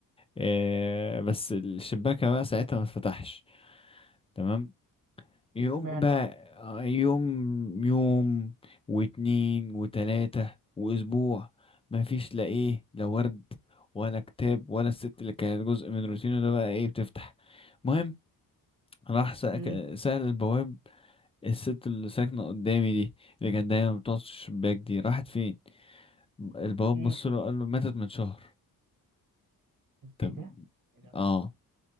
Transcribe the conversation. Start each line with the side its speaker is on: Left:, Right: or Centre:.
Left: آه بس الشباكة بقى ساعتها ما اتفتحش تمام يوم
Right: اشمعنى
Left: بقى
Right: بقى
Left: آه، يوم يوم واتنين وتلاتة وأسبوع مفيش لا إيه لا ورد ولا كتاب ولا الست اللي كانت جزء من روتينه ده بقى إيه بتفتح المهم راح سأك-
Right: امم
Left: سأل البواب الست اللي ساكنة قدامي دي اللي كانت دايما بتقعد في الشباك دي راحت فين البواب
Right: امم
Left: بص له قال له ماتت من شهر طب
Right: ايه ده؟ ايه ده الله
Left: اه
Right: الله.